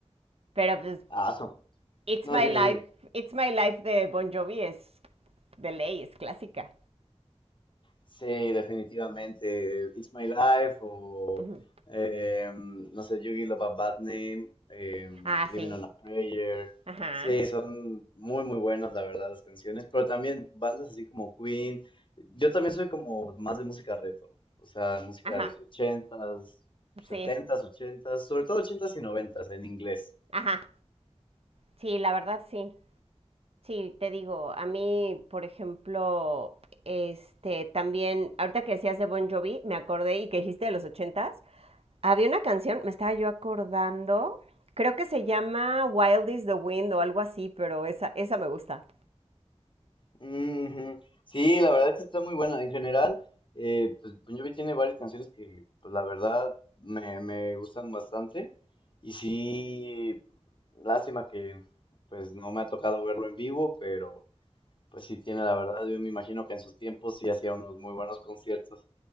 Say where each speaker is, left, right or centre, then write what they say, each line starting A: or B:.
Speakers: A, on the right; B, on the left.
A: Pero pues,
B: Ah, son.
A: It's
B: No,
A: My
B: dime,
A: Life,
B: dime.
A: It's My Life de Bon Jovi es de ley, es clásica.
B: Sí, definitivamente. It's My Life o,
A: Ujú.
B: eh, no sé, Yugi Love a Bad Name, eh,
A: Ah,
B: Living
A: sí.
B: on a Prayer.
A: Ajá.
B: Sí, son muy, muy buenas, la verdad, las canciones. Pero también bandas así como Queen. Yo también soy como más de música retro. O sea, música
A: Ajá.
B: de los ochentas setentas
A: Sí, es-
B: ochentas sobre todo ochentas y noventas en inglés.
A: ajá. Sí, la verdad sí. Sí, te digo, a mí, por ejemplo, este también, ahorita que decías de Bon Jovi, me acordé y que dijiste de los ochentas, había una canción, me estaba yo acordando, creo que se llama Wild is the Wind o algo así, pero esa, esa me gusta.
B: Ujú. Sí, la verdad es que está muy buena. En general, eh, pues Bon Jovi tiene varias canciones que, pues la verdad, me, me gustan bastante. Y sí, lástima que, pues no me ha tocado verlo en vivo, pero pues sí tiene, la verdad, yo me imagino que en sus tiempos sí hacía unos muy buenos conciertos.